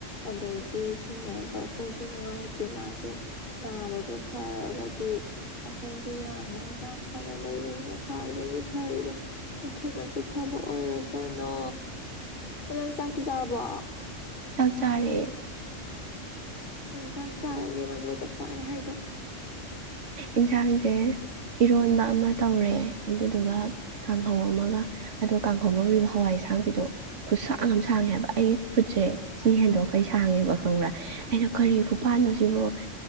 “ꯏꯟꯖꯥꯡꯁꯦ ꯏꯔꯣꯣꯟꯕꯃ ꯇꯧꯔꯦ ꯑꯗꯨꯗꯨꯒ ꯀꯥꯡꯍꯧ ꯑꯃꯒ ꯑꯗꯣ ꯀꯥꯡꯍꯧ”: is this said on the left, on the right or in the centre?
Right